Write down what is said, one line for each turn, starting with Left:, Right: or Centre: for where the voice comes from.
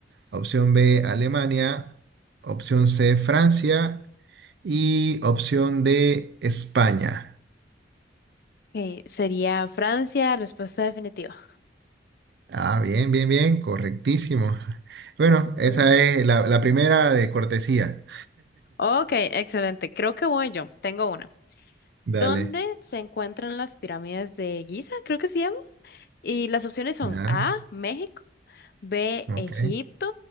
Right: Opción B, Alemania. Opción C, Francia. Y opción D, España.
Left: Ok, sería Francia, respuesta definitiva.
Right: Ah, bien, bien, bien, correctísimo. <laughs> Bueno, esa
Left: Muy
Right: es la, la primera de cortesía.
Left: Ok, excelente. Creo que voy yo. Tengo una.
Right: <laughs> Dale.
Left: ¿Dónde se encuentran las pirámides de Giza? Creo que se llama. Y las opciones son
Right: Ya.
Left: A, México, B,
Right: Ok,
Left: Egipto,